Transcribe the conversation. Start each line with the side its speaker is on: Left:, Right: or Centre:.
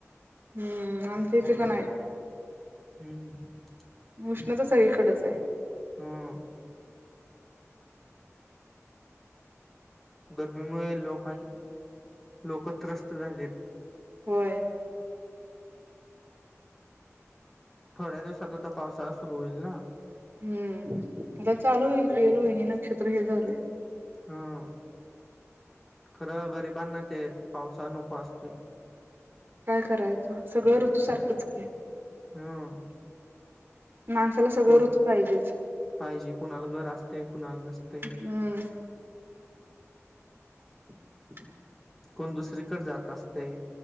Right: हम्म आमच्या <inaudible> इथे पण आहे
Centre: हम्म हम्म <inaudible>
Right: उष्णता सगळीकडच आहे
Centre: हम्म गर्मीमुळे लोकां लोक त्रस्त झालेत
Right: होय
Centre: थोड्या दिवसात आता पावसाळा सुरू होईल ना?
Right: हम्म <unintelligible> चालू होईल की रोहिणी नक्षत्र हे झालय
Centre: हम्म खरं गरिबांना ते पावसाळा नको असतोय
Right: काय करायच? सगळ ऋतू सारखेच की.
Centre: हं
Right: माणसाला सगळं
Centre: कोण
Right: ऋतू पाहिजेच
Centre: पाहिजे? कुणाला घर असतय? कुणाला नसतय?
Right: हम्म <inaudible>
Centre: कोण दुसरीकड जात असतय